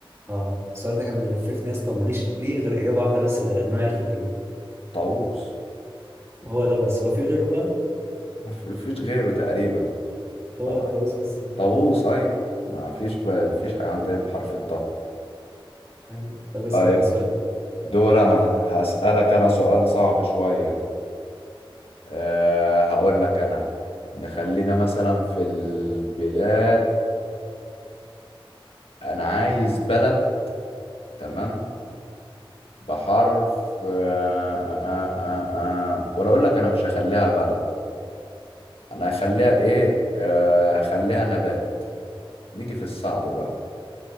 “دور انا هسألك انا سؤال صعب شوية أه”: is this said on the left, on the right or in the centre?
Left